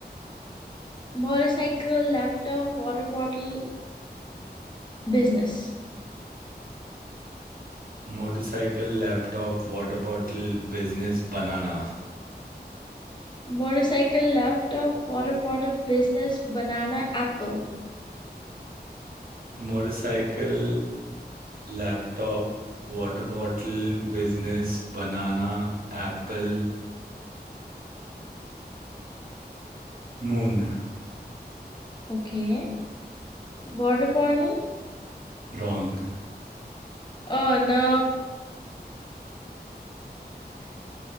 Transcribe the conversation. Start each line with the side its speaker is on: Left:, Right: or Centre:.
Left: Motorcycle laptop water bottle business
Right: motorcycle laptop water bottle business बनाना
Left: Motorcycle laptop water bottle business banana apple
Right: Motorcycle laptop water bottle business banana apple moon
Left: Okay water bottle
Right: Wrong
Left: Oh no